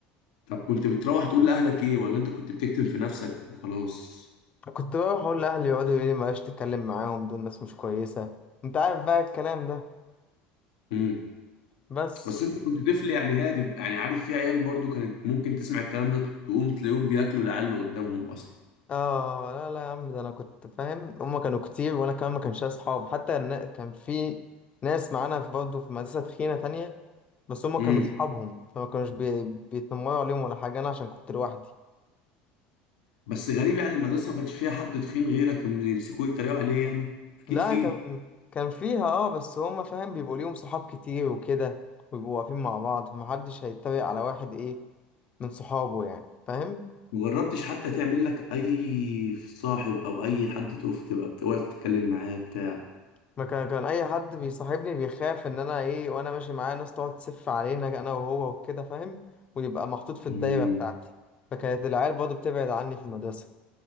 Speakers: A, on the left; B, on the left.
A: طب كنت بتروح تقول لاهلك ايه ولا انت كنت بتكتم في نفسك وخلاص
B: كنت بروح اقول لاهلي يقعدوا يقولوا لي بلاش تتكلم معاهم دول ناس مش كويسه انت عارف بقى الكلام ده
A: امم
B: بس
A: بس انت كنت طفل يعني هادي يعني عارف في عيال برضو كانت ممكن تسمع الكلام ده تقوم تلاقيهم بياكلوا العيال اللي قدامهم اصلا
B: اه لا لا يا عم ده انا كنت فاهم هما كانوا كتير وانا كمان ما كانش ليا اصحاب حتى النا- كان في ناس معانا في برضه في مدرسة تخينة تانية بس هما كانوا
A: امم
B: اصحابهم فما كانوش بي... بيتنمروا عليهم ولا حاجة انا عشان كنت لوحدي
A: بس غريب يعني المدرسه ما كانش فيها حد تخين غيرك يم- يمسكوه يتريقوا عليه يعني اكيد
B: لا
A: فيه
B: كان كان فيها اه بس هما فاهم بيبقوا ليهم صحاب كتير وكده ويبقوا واقفين مع بعض فمحدش هيتريق على واحد ايه من صحابه يعني فاهم
A: مجربتش حتى تعمل لك اي صاحب او اي حد تقف تبقى بتوقف تتكلم معاه بتاع
B: ما كان كان اي حد بيصاحبني بيخاف ان انا ايه وانا ماشي معاه ناس تقعد تسف علينا انا وهو وكده فاهم ويبقى محطوط في الدايره
A: امم
B: بتاعتي فكانت العيال برضه بتبعد عني في المدرسه